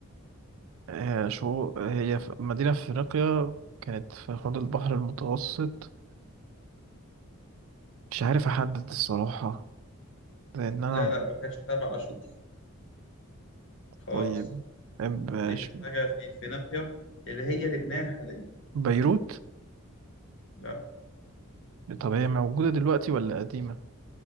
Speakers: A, on the right; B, on the left.
A: آه، شو هي في- مدينة في أفريقيا كانت في حوض البحر المتوسط مش عارف أحدد الصراحة لأن أنا
B: لا لا ما كانتش تبع أشور خالص
A: طيب مش-
B: دي كانت حاجة في فينيقيا اللي هي لبنان حاليا
A: بيروت
B: لا
A: طب هي موجودة دلوقتي ولا قديمة؟